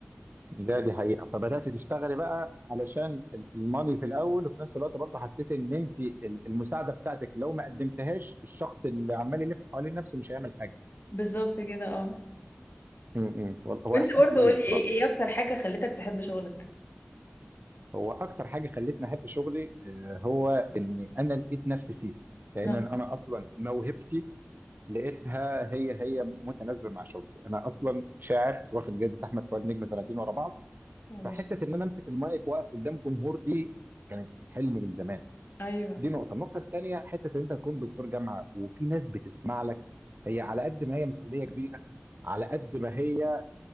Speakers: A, on the right; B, on the left.
A: ده دي حقيقة فبدأت تشتغلي بقى علشان ال- الماني في الأول وفي نفس الوقت برضه حسيت إن أنت ال- المساعدة بتاعتك لو ما قدمتهاش الشخص اللي عمال يلف حوالين نفسه مش هيعمل حاجة
B: بالظبط كده اه
A: امم هو
B: وانت
A: إحساس
B: برضه
A: كويس
B: قولي
A: بصراحة
B: ايه ايه اكتر حاجه خلتك تحب شغلك
A: هو أكتر حاجة خلتني أحب شغلي آه، هو إن أنا لقيت نفسي فيه لأن
B: اه
A: أنا أصلا موهبتي لقيتها هي هي متناسبة مع شغلي أنا أصلا شاعر واخد جائزة أحمد فؤاد نجم سنتين ورا بعض
B: هو
A: فحتة
B: مظبوط
A: إن أنا أمسك المايك وأقف قدام جمهور دي كانت حلم من زمان
B: ايوه
A: دي نقطة، النقطة التانية حتة إن أنت تكون دكتور جامعة وفي ناس بتسمع لك هي على قد ما هي مسؤولية كبيرة على قد ما هي